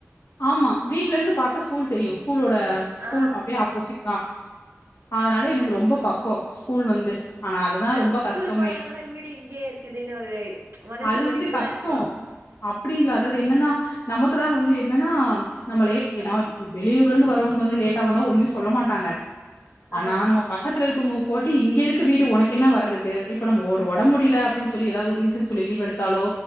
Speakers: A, on the left (about 65°); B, on the right (about 85°).
A: ஆமா வீட்ல இருந்து பாத்தா ஸ் கூல் தெரியு. ஸ் கூலோட ஸ்கூல்
B: ஆ
A: அப்டியே ஆப்போசிட்தா. அதனால எனக்கு ரொம்ப பக்கோ ஸ் கூல் வந்து ஆனா அதுதா
B: அ
A: ரொம்ப
B: ஸ்கூல்
A: கஷ்டமே
B: போனா கூட வீடு இங்கயே இருக்குதுன்னு ஒரு மனசுக்கு
A: அது
B: ஒரு
A: வந்து
B: இதுவா
A: கஷ்டோ
B: இருக்கு
A: அப்டி இல்ல அதாது என்னன்னா நமக்குதா வந்து என்னன்னா நம்ம லேட் எ
B: ஆ
A: நா இது வெளியூர்ல இருந்து வர வங்க வந்து லேட்டா வந்தா ஒண்ணுமே சொ ல்ல மாட்டாங்க ஆனா
B: ஆ
A: நம்ம பக்கத்துல இருக்கவங்க போட்டு இங்க இருக்கு வீடு உனக் கென்ன வர்றது க்கு இப்ப நம்ம ஒரு ஒடம்பு முடியல அப்டின்னு சொ ல்லி ஏதாவது ஒரு ரீசன் சொல்லி லீவ் எடுத்தாலோ